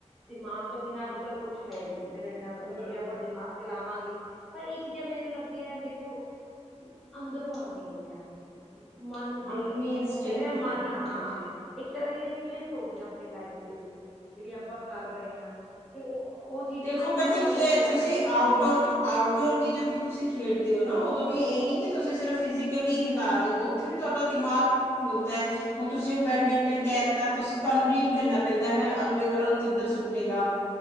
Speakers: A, in the centre; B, on the left.
A: ਦਿਮਾਗ ਤੋਂ ਬਿਨਾਂ ਅੱਜ ਕੱਲ੍ਹ ਕੁਛ ਹੈ ਨਹੀਂ ਮੈਨੂੰ ਇੰਨਾ
B: ਹਮ
A: ਪਤਾ ਕਿ ਜੇ ਆਪਾਂ ਦਿਮਾਗ ਚਲਾਵਾਂਗੇ। ਪਰ ਇਹ ਚੀਜ਼ਾਂ ਮੈਨੂੰ ਲੱਗਦੀਐ ਦੇਖੋ ਅੰਦਰੋਂ ਆਂਦੀਆਂ ਨੇ ਆਪਣੇ ਮਨ ਦਿਲ
B: ਆਪਣੀ
A: ਉਹ
B: ਇੰਸਟਿੰਕਟ
A: ਕਰੇ
B: ਹੈ
A: ਮਨ ਹਾਂ।
B: ਹਾਂਜੀ
A: ਇੱਕ ਤਰ੍ਹਾਂ ਦੀ ਸਕਿਲਸ ਹੋ ਗਈਆਂ ਆਪਣੀ ਲਾਈਫ ਦੇ ਵਿੱਚ। ਜਿਹੜੀਆਂ ਆਪਾਂ ਕਰ ਰਹੇ ਹਾਂ। ਤੇ ਉਹ ਚੀਜ਼ਾਂ
B: ਦੇਖੋ
A: ਦਾ ਇੱਕ
B: ਪਤਾ
A: ਨਾ ਮਜ਼ਾ
B: ਕੀ ਹੈ
A: ਹੀ ਅਲੱਗ
B: ਤੁਸੀਂ
A: ਹੁੰਦਾ
B: ਆਊਟਡੋਰ-ਆਊਟਡੋਰ
A: ਹੈ
B: ਵੀ ਜਦੋਂ ਤੁਸੀਂ ਖੇਡਦੇ ਹੋ ਨਾ ਉਦੋਂ ਵੀ ਇਹ ਨੀ ਕਿ ਤੁਸੀਂ ਸਿਰਫ ਫਿਜ਼ਕਲੀ ਹਿਲਾ ਰਹੇ ਹੋ ਉੱਥੇ ਵੀ ਤੁਹਾਡਾ ਦਿਮਾਗ ਹੁੰਦੈ ਹੁਣ ਤੁਸੀਂ ਬੈਡਮਿੰਟਨ ਕਹਿ ਤਾ, ਤੁਸੀਂ ਤਾਂਨੂੰ ਰੀਡ ਕਰਨਾ ਪੈਂਦਾ ਹੈ ਅਗਲੇ ਵਾਲਾ ਕਿੱਧਰ ਸੁੱਟੇਗਾ